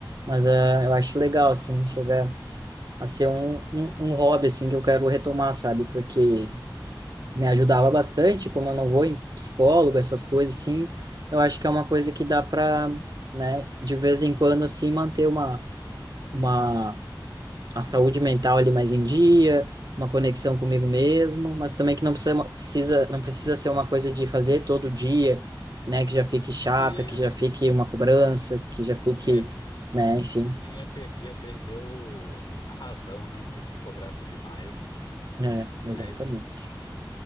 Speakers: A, on the right; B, on the left.
A: mas eh, eu acho legal, assim, chegar a ser um, um, um hobby, assim, que eu quero retomar, sabe, porque me ajudava bastante, como eu não vou em psicólogo, essas coisas assim, eu acho que é uma coisa que dá para, né, de vez em quando assim manter uma uma a saúde mental ali mais em dia, uma conexão comigo mesmo, mas também que não precisa precisa não precisa ser uma coisa de fazer todo dia, né, que já fique chata,
B: Isso.
A: que já fique uma cobrança, que já fique,
B: É, se,
A: né,
B: e-
A: enfim,
B: senão ia, pe- ia perder o- a razão, né? Se se cobrasse demais.
A: é, exatamente.
B: Mas,